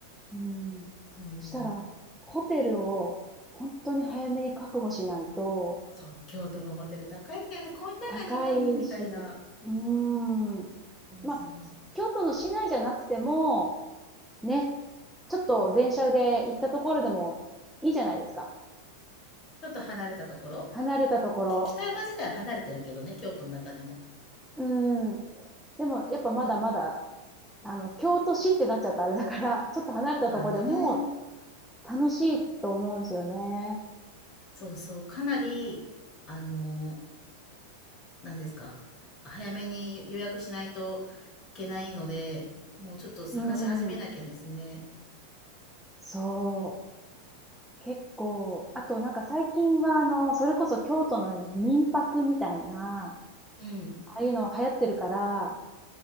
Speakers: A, in the centre; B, on the left (about 30°).
A: うん。
B: うん、
A: したら、ホテルを本当に早めに確保しないと、
B: そう、京都のホテル高いんだよね。こんなんが2万みたいな。
A: 高いし、うーん。
B: そうそうそうそう。
A: まあ、京都の市内じゃなくても、ね、ちょっと電車で行ったところでもいいじゃないですか。
B: ちょっと離れたところ、
A: 離れたところ。
B: き北山自体は離れてるけどね、京都の中でも。
A: うーん。でも、やっぱまだまだ、
B: そう、
A: あの、京都市ってなっちゃったあれだから、ちょっと離れたとこでも
B: まあね、
A: 楽しいと思うんですよね。
B: そうそう、かなり、あの、なんですか、早めに予約しないといけないので、もうちょっと探し始めなきゃですね。
A: うんん。そう。結構、あとなんか最近はあの、それこそ京都の民泊みたいな、
B: うん、
A: ああいうの流行ってるから、